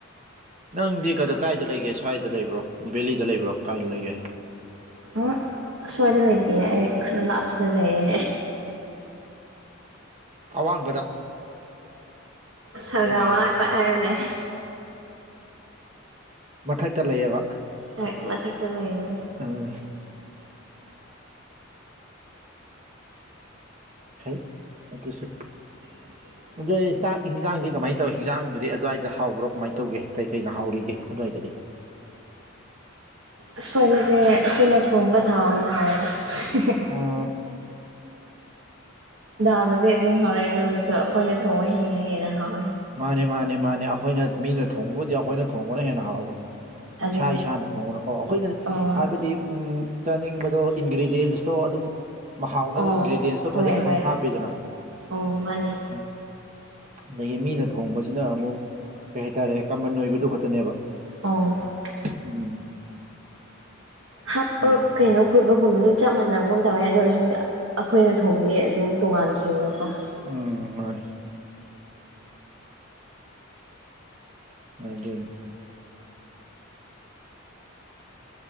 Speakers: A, on the right; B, on the right.
A: ꯅꯪꯗꯤ ꯀꯗ ꯀꯥꯏꯗ ꯂꯩꯒꯦ ꯁ꯭ꯋꯥꯏꯗ ꯂꯩꯕ꯭ꯔꯣ ꯕꯦꯂꯤꯗ ꯂꯩꯕ꯭ꯔꯣ ꯀꯥꯏꯗ ꯂꯩꯒꯦ
B: ꯎꯝ ꯑꯁ꯭ꯋꯥꯏꯗ ꯂꯩꯇꯤꯌꯦ ꯑꯩ ꯈꯔ ꯂꯥꯞꯄꯗ ꯂꯩꯌꯦ
A: ꯑꯣ ꯑꯋꯥꯡꯕꯗ
B: ꯁꯔꯒꯥ
A: ꯑꯥ
B: ꯃꯅꯥꯛꯇ ꯍꯥꯏꯌꯣꯅꯦ
A: ꯃꯊꯛꯇ ꯂꯩꯌꯦꯕ
B: ꯍꯣꯏ ꯃꯊꯛꯇ ꯂꯩꯌꯧꯏ
A: ꯎꯝ ꯐꯩ ꯑꯗꯨꯁꯨ
B: <inaudible>
A: ꯑꯗꯨꯗꯤ ꯆꯥꯛ ꯍꯤꯡꯖꯥꯡꯗꯤ ꯀꯃꯥꯏ ꯇꯧꯋꯤ ꯍꯤꯟꯖꯥꯡꯗꯨꯗꯤ ꯑꯗꯨꯋꯥꯏꯗ ꯍꯥꯎꯕ꯭ꯔꯣ ꯀꯃꯥꯏ ꯇꯧꯒꯦ ꯀꯩ ꯀꯩꯅ ꯍꯥꯎꯔꯤꯒꯦ ꯑꯗ꯭ꯋꯥꯏꯗꯗꯤ
B: ꯑ ꯐꯔꯤꯁꯦ ꯑꯩꯈꯣꯏꯅ ꯊꯣꯡꯕ ꯗꯥꯜꯅ ꯍꯥꯎꯏꯗ
A: ꯑꯣ
B: ꯗꯥꯜꯗꯗꯤ ꯑꯗꯨꯝ ꯍꯥꯎꯔꯦ ꯑꯗꯨ ꯑꯣꯏꯔꯁꯨ ꯑꯩꯈꯣꯏꯅ ꯊꯣꯡꯉꯥ ꯍꯦꯟꯅ ꯍꯦꯟꯅ ꯍꯥꯎ
A: ꯃꯥꯅꯦ ꯃꯥꯅꯦ ꯃꯥꯅꯦ ꯑꯩꯈꯣꯏꯅ ꯃꯤꯅ ꯊꯣꯡꯕꯕꯨꯗꯤ ꯑꯩꯈꯣꯏꯅ ꯊꯣꯡꯕꯅ ꯍꯦꯟꯅ ꯍꯥꯎꯕꯅꯤ
B: ꯑꯗꯨꯅꯦ
A: ꯏꯁꯥ ꯏꯁꯥꯅ ꯊꯣꯡꯕꯅꯀꯣ ꯑꯩꯈꯣꯏꯅ
B: ꯑꯣ
A: ꯍꯥꯏꯕꯗꯤ ꯎꯝ ꯆꯥꯅꯤꯡꯕꯗꯣ ꯏꯟꯒ꯭ꯔꯤꯗꯤꯌꯦꯟꯁꯇꯣ ꯑꯗꯨꯝ ꯃ ꯍꯥꯎꯅꯕ
B: ꯑꯣ
A: ꯏꯟꯒ꯭ꯔꯤꯗꯤꯌꯦꯟꯁꯇꯣ
B: ꯍꯣꯏ
A: ꯐꯖꯅ ꯑꯗꯨꯝ
B: ꯍꯣꯏ
A: ꯍꯥꯞꯄꯤꯗꯅ
B: ꯑꯣ ꯃꯥꯅꯦ
A: ꯎꯝ ꯑꯗꯒꯤ ꯃꯤꯅ ꯊꯣꯡꯕꯁꯤꯅ ꯑꯃꯨꯛ ꯀꯩ ꯍꯥꯏꯇꯥꯔꯦ ꯀꯃꯟ ꯑꯣꯏꯕꯗꯨ ꯈꯛꯇꯅꯦꯕ
B: <unintelligible>
A: ꯎꯝ
B: ꯍꯥꯞꯄ
A: ꯑꯗꯨꯅ
B: ꯀꯩꯅꯣ ꯈꯣꯠꯄꯒꯨꯝꯕꯁꯨ ꯆꯞ ꯃꯥꯟꯅꯕꯒꯨꯝ ꯇꯧꯋꯦ ꯑꯗꯨ ꯑꯣꯏꯔꯁꯨ ꯑꯩꯈꯣꯏꯅ ꯊꯣꯡꯉꯗꯤ ꯑꯗꯨꯝ ꯇꯣꯉꯥꯟꯈꯤꯕꯗꯣꯀꯣ
A: ꯎꯝ ꯃꯥꯅꯤ ꯑꯗꯨꯠ